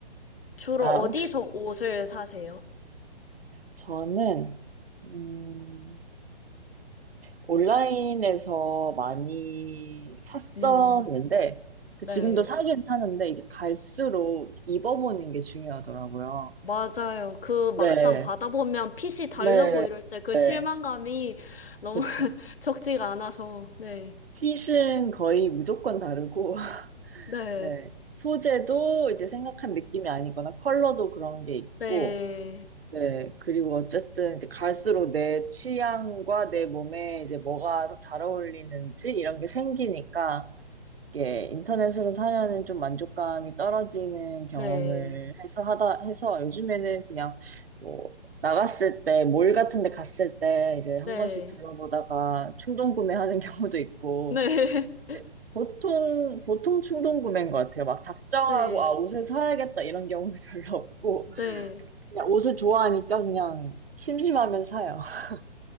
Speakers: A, on the left; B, on the right.
A: 주로
B: 아,
A: 어디서
B: 혹시,
A: 옷을 사세요?
B: 저는 음, 온라인에서 많이 샀었는데
A: 음,
B: 그
A: 네,
B: 지금도 사긴 사는데 이게 갈수록 입어보는 게 중요하더라고요.
A: 맞아요. 그 막상
B: 네,
A: 받아보면 핏이 다르고
B: 네,
A: 이럴 때 그
B: 네,
A: 실망감이 너무
B: 그렇죠.
A: <laughs> 적지가 않아서, 네,
B: 핏은 거의 무조건 다르고 <laughs>
A: 네,
B: 네, 소재도 이제 생각한 느낌이 아니거나 컬러도 그런 게 있고
A: 네,
B: 네, 그리고 어쨌든 이제 갈수록 내 취향과 내 몸에 이제 뭐가 더 잘 어울리는지 이런 게 생기니까 게 인터넷으로 사면은 좀 만족감이 떨어지는 경험을
A: 네,
B: 해서 하다 해서 요즘에는 그냥 뭐 나갔을 때 몰 같은 데 갔을 때 이제 한
A: 네,
B: 번씩 둘러보다가 충동 구매하는 <laughs> 경우도 있고
A: 네, <laughs>
B: 보통 보통 충동 구매인 것 같아요. 막 작정하고
A: 네,
B: 아 옷을 사야겠다 이런 경우는 <laughs> 별로 없고
A: 네.
B: 그냥 옷을 좋아하니까 그냥 심심하면 사요. <laughs>